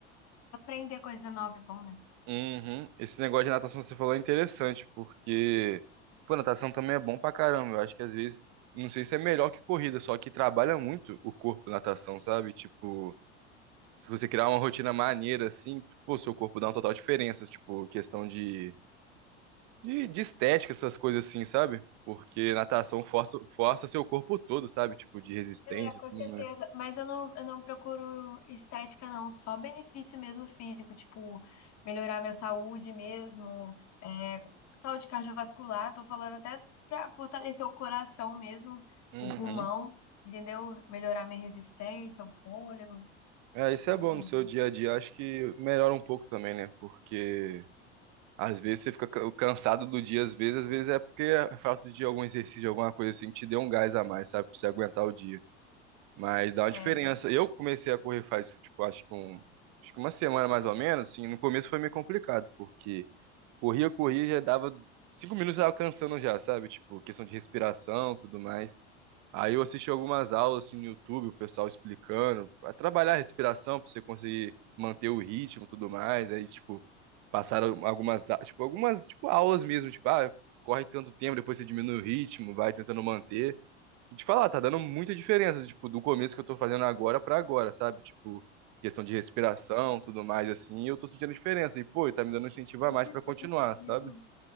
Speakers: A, on the left; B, on the right.
A: aprender coisa nova é bom, né?
B: Uhum. Esse negócio de natação que você falou é interessante, porque, pô, natação também é bom pra caramba. Eu acho que às vezes, não sei se é melhor que corrida, só que trabalha muito o corpo natação, sabe? Tipo. Se você criar uma rotina maneira, assim, pô, seu corpo dá uma total diferença, tipo, questão de, de, de estética, essas coisas assim, sabe? Porque natação força, força seu corpo todo, sabe? Tipo, de resistência
A: É, com
B: e tudo
A: certeza.
B: mais.
A: Mas eu não, eu não procuro estética, não. Só benefício mesmo físico, tipo, melhorar minha saúde mesmo, é, saúde cardiovascular. Tô falando até pra fortalecer o coração mesmo,
B: Uhum.
A: o pulmão, entendeu? Melhorar minha resistência, o fôlego,
B: É, isso
A: enfim.
B: é bom no seu dia a dia. Acho que melhora um pouco também, né? Porque às vezes você fica ca- cansado do dia, às vezes, às vezes é porque a falta de algum exercício, alguma coisa assim, que te dê um gás a mais, sabe? Pra você aguentar o dia. Mas dá uma
A: É.
B: diferença. Eu comecei a correr faz, tipo, acho que um, acho que uma semana mais ou menos, assim, no começo foi meio complicado, porque corria, corria, já dava cinco minutos já alcançando já, sabe? Tipo, questão de respiração, tudo mais. Aí eu assisti algumas aulas assim no YouTube, o pessoal explicando, a trabalhar a respiração para você conseguir manter o ritmo, e tudo mais. Aí, tipo, passaram algumas, a- tipo, algumas, tipo, aulas mesmo, tipo, ah, corre tanto tempo, depois você diminui o ritmo, vai tentando manter. E te falar, tá dando muita diferença, tipo, do começo que eu tô fazendo agora pra agora, sabe? Tipo, questão de respiração, tudo mais, assim, eu tô sentindo diferença. E, pô, tá me dando um incentivo
A: A
B: a
A: gente
B: mais pra continuar,
A: sente mesmo.
B: sabe?